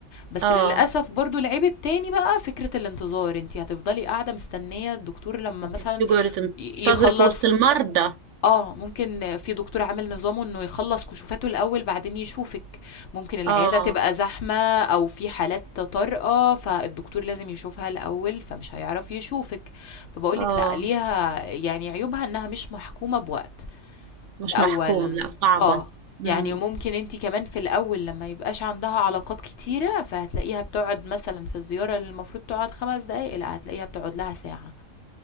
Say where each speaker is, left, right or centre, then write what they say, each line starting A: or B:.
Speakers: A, on the left (about 65°); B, on the right (about 70°).
A: بس
B: اه
A: للأسف برضه العيب التاني بقى فكرة الانتظار، أنتِ هتفضلي قاعدة مستنية الدكتور لمّا
B: انت
A: مثلًا
B: بتقعد
A: ي
B: تنتظر
A: يخلّص
B: في وسط المرضى
A: آه، ممكن في دكتور عامل نظامه إنه يخلّص كشوفاته الأول بعدين يشوفِك، ممكن العيادة
B: اه
A: تبقى زحمة أو في حالات طارئة فالدكتور لازم يشوفها الأول فمش هيعرف يشوفِك، فباقول
B: اه
A: لِك لأ ليها يعني عيوبها إنها مش محكومة بوقت،
B: مش
A: ده أولًا،
B: محكومة لا صعبة
A: آه،
B: مم.
A: يعني ممكن أنتِ كمان في الأول لمّا ما يبقاش عندها علاقات كتيرة فهتلاقيها بتقعد مثلًا في الزيارة اللي المفروض تقعد 5 دقايق لأ هتلاقيها بتقعد لها ساعة